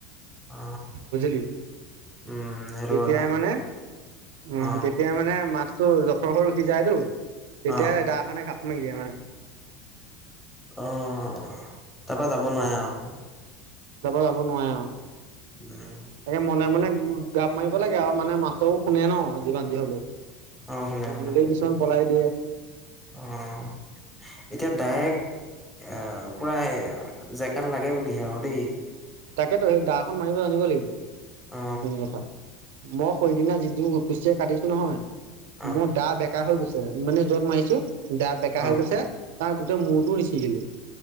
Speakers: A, in the centre; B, on the right.
A: অ
B: বুজিলি
A: উম সেইটো
B: তেতিয়াই
A: কথা
B: মানে উ
A: অ',
B: তেতিয়া মানে মাছ জথৰ স ৰখি যায় টো তেতিয়া
A: অ',
B: দা খনে ঘাপ মাৰি দিয়ে মানে
A: অহ তাৰ পৰা যাব নোৱাৰে আৰু
B: যাব যাব নোৱাৰে আৰু
A: আৰু
B: তাকে মনে মনে গাপ মাৰি লাগে আৰু মানে মাছৰ শুনে ন যিমান যি হলেও
A: অ শুনে
B: কনিলেই
A: শুনে
B: কিছুমান পলাই দিয়ে
A: অ এতিয়া ডাইৰেক্ট আহ পুৰা জেকাত লাগে বুলিহে অ দেই
B: তাকেতো সেই দাখন মাৰিব জানিব লাগিব
A: অ
B: মেইন কথা মই সেইদিনা যিটো কুচিয়া কাটিছো নহয়
A: <inaudible>
B: মোৰ দা বেকা হৈ গৈছে মানে যত মাৰিছো দা বেকা
A: অ
B: হৈ গৈছে তাৰ গোটেই মূৰটো নিচি গিলো